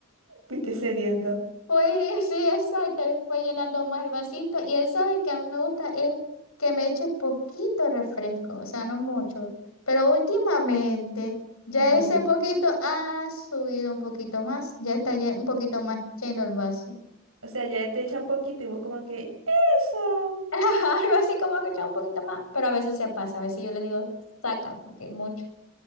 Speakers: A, on the right (about 80°); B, on the left (about 85°).
A: Fuiste cediendo.
B: <laughs> Fui, sí, exacto, fue llenando más el vasito. Y él sabe que a mí me gusta es que me eche poquito refresco, o sea, no mucho. Pero últimamente, ya
A: Ujú.
B: ese poquito ha subido un poquito más, ya está lle- un poquito más lleno el vaso.
A: O sea, ya él te echa poquito y vos como que, eso.
B: <laughs> Ajá, Algo así como que echaba un poquito más, pero a veces se pasa, a veces yo le digo, saca, porque es mucho.